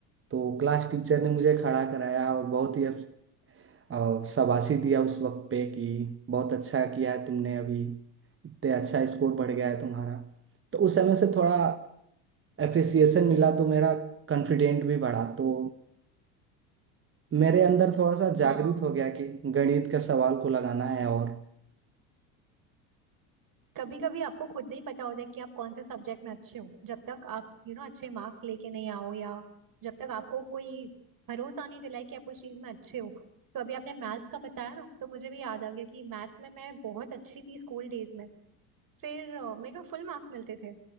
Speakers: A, on the right; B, on the right.
A: तो क्लास टीचर ने मुझे खड़ा कराया और बहुत ही अ, शाबाशी दिया उस वक्त पे कि बहुत अच्छा किया है तुमने अभी इतने अच्छा स्कोर बढ़ गया है तुम्हारा तो उस समय से थोड़ा अप्रिसिएशन मिला तो मेरा कॉन्फिडेंट भी बढ़ा तो मेरे अंदर थोड़ा सा जागृत
B: हाँ
A: हो गया कि गणित का सवाल को लगाना है और
B: कभी कभी आपको खुद नहीं पता होता कि आप कौन से सब्जेक्ट में अच्छे हो जब तक आप यू you नो know, अच्छे मार्क्स लेके नहीं आओ या जब तक आपको कोई भरोसा नहीं दिलाए कि आप उस चीज में अच्छे हो तो अभी आपने मैथ्स का बताया ना तो मुझे भी याद आ गया कि मैथ्स में मैं बहुत अच्छी थी स्कूल डेज में फिर अ, मेरे को फुल मार्क्स मिलते थे